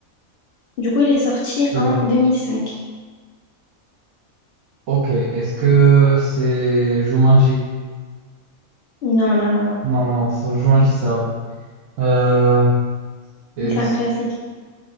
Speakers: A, on the left (about 65°); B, on the right (about 80°).
A: Du coup, il est sorti
B: dedans?
A: en 2005.
B: Ok. Est-ce que c'est Jumanji?
A: Non, non, non, non.
B: Non, non, c'est- Jumanji c'est avant. Euh, est-ce-
A: Mais c'est un classique.